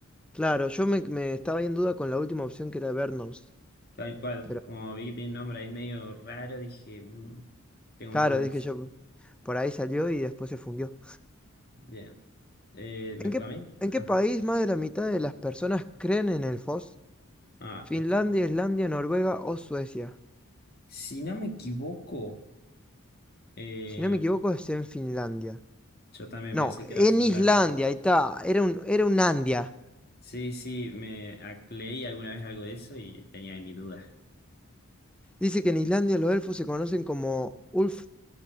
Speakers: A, in the centre; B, on the left.
A: Claro, yo me, me estaba ahí en duda con la última opción que era Vernos,
B: Tal cual,
A: pero
B: como vi que tiene un nombre ahí medio raro, dije, "Mm, tengo
A: claro,
B: mis dudas.
A: dije yo, por ahí salió y después se fundió.
B: Bien, Eh, ¿me
A: ¿En
B: toca
A: qué,
B: a mí?
A: en qué
B: Ah,
A: país más de la mitad de las personas creen en el FOS?
B: ah,
A: ¿Finlandia,
B: este.
A: Islandia, Noruega o Suecia?
B: Si no me equivoco, eh,
A: Si no me equivoco, es en Finlandia.
B: yo también
A: No,
B: pensé
A: en
B: que era Finlandia.
A: Islandia, ahí está, era un, era un Andia.
B: Sí, sí, me ac- leí alguna vez algo de eso y tenía ahí mi duda.
A: Dice que en Islandia los elfos se conocen como Ulf,